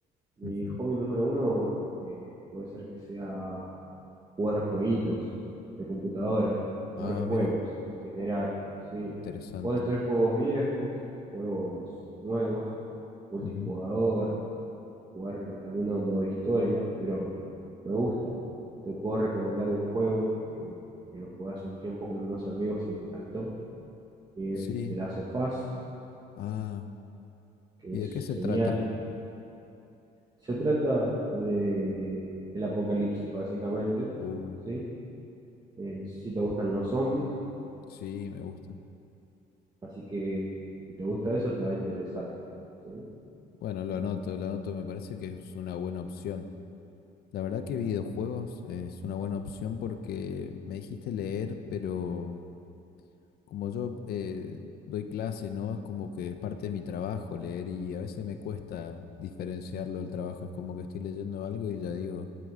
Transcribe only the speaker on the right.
mi
hobby número uno eh, puede ser que sea jugar jueguitos de computadora,
jugar
juegos en general, ¿sí?
Pueden ser juegos viejos, juegos nuevos, multijugador,
jugar alguno modo historia, pero me gusta. Te puedo recomendar un juego que, que lo jugué hace un tiempo con unos amigos y me encantó, que
es The Last of Us,
que
es
genial.
Se trata de el apocalipsis, básicamente,
¿sí? Eh, no sé si te gustan los zombies,
así que si te gusta eso te va a interesar, ¿sí?